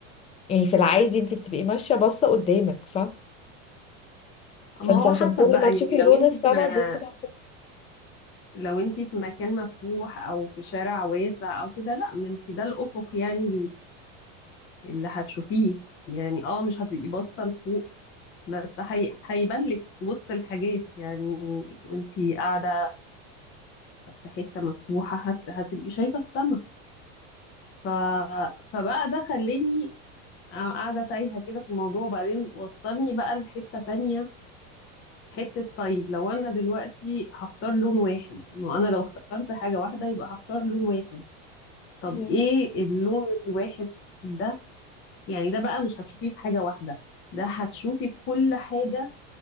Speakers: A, on the left (about 20°); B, on the left (about 35°).
A: يعني في العادي انت بتبقي ماشيه باصه قدامك صح فانت
B: ما هو
A: عشان
B: حسب
A: كل
B: بقى
A: ما تشوفي
B: يعني لو
A: لون
B: انت
A: السما
B: في ما
A: تبصي لها فوق
B: لو انت في مكان مفتوح او في شارع واسع او كده لا ما انت ده الافق يعني اللي هتشوفيه يعني اه مش هتبقي باصه لفوق بس هي- هيبان لك وسط الحاجات يعني وانتي قاعده في حته مفتوحه هت... هتبقي شايفه السما ف... فبقى ده خلاني قاعده تايهه كده في الموضوع وبعدين وصلني بقى لحته تانية حته طيب لو انا دلوقتي هختار لون واحد ما انا لو اخترت حاجه واحده يبقى هختار لون واحد طب
A: مم.
B: ايه اللون الواحد ده يعني ده بقى مش هتشوفيه في حاجه واحده ده هتشوفي كل حاجة